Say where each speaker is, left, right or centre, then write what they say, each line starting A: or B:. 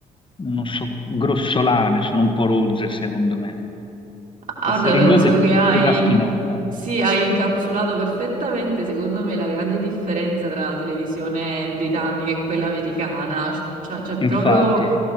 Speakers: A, on the left; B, on the right.
A: non so, grossolane, sono un po' rozze secondo me.
B: Guarda,
A: La serie
B: penso
A: inglese
B: che
A: è
B: hai,
A: più raffinata.
B: sì, hai incapsulato perfettamente, secondo me, la grande differenza tra la televisione britannica e quella americana. Cioè, c'è proprio,
A: Infatti,